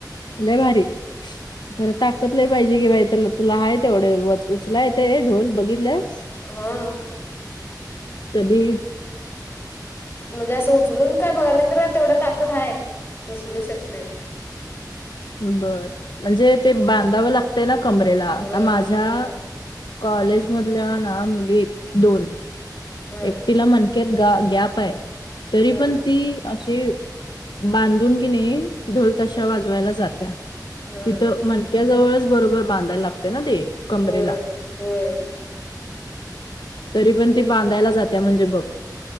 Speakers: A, on the left; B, on the left.
A: लई भारी. खरं ताकत लंय पाहिजे कि बाई, तुल-तुला हाय तेवढे, वच-उचलाय, ते ढोल बघितल्यास?
B: हंअ.
A: कधी?
B: म्हणजे असं उचलून काय बघायल, खरं तेवढा ताकद हाय, उचलू शकते.
A: बअ, म्हणजे ते बांधावं लागतंय ना कमरेला, आता
B: होय
A: माझ्या
B: होय
A: कॉलेज मधल्या ना, मुली दोन
B: हा
A: एकटीला मणक्यात गा-गॅप ये, तरी
B: हा
A: पण ती अशी बांधून कि नई ढोल ताशा
B: हा
A: वाजवायला जात्या,
B: हा.
A: तिथं मन क्या जवळच बरोबर बांधायला लागते ना ते, कमरेला?
B: होय होय
A: तरी पण ती बांधायला जात्या, म्हणजे बघ.